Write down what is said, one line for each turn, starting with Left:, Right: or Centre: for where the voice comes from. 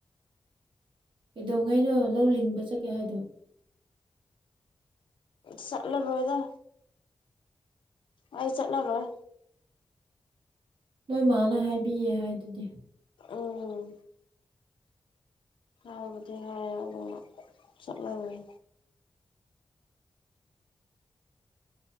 Right: ꯀꯩꯗꯧꯉꯩꯅꯣ ꯂꯧ ꯂꯤꯡꯕ ꯆꯠꯀꯦ ꯍꯥꯏꯗꯣ
Left: ꯆꯠꯂꯔꯣꯏꯗ ꯑꯩ ꯆꯠꯂꯔꯣꯏ
Right: ꯅꯣꯏ ꯃꯥꯅ ꯍꯥꯏꯕꯤꯌꯦ ꯍꯥꯏꯗꯨꯗꯤ
Left: ꯎꯝ ꯍꯥꯏꯕꯨꯗꯤ ꯍꯥꯏ ꯑꯗꯨꯕꯨ ꯆꯠꯂꯔꯣꯏ